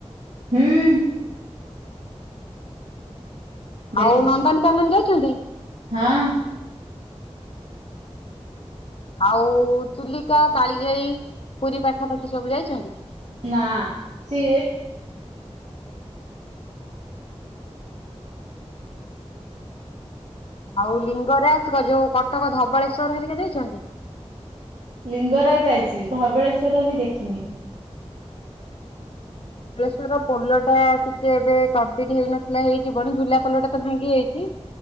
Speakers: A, on the right; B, on the left.
A: ହୁଁ ଉଁ ଦେଖିଛୁ
B: ଆଉ ନନ୍ଦନକାନନ ଯାଇଛନ୍ତି?
A: ହଁ ଅ
B: ଆଉ ଚିଲିକା, କାଳିଜାଇ, ପୁରୀ ପାଖାପାଖି ସବୁ ଯାଇଛନ୍ତି?
A: ନା ସେ
B: ହୁଁ ହୁ ଆଉ ଲିଙ୍ଗରାଜ ଯୋଉ କଟକ ଧବଳେଶ୍ୱର ହେରିକ ଯାଇଛନ୍ତି?
A: ଲିଙ୍ଗରାଜ ଯାଇଛି, ଧବଳେଶ୍ଵର ବି ଦେଖିନି?
B: <inaudible> ବାଳେଶର ପୋଲ ଟା ଟିକେ ଏବେ କମ୍ପ୍ଲିଟ ହେଇନଥିଲା ହେଇଯ ବଣି ଝୁଲା ପୋଲ ଟା ତ ଭାଙ୍ଗି ହୋଇଛି।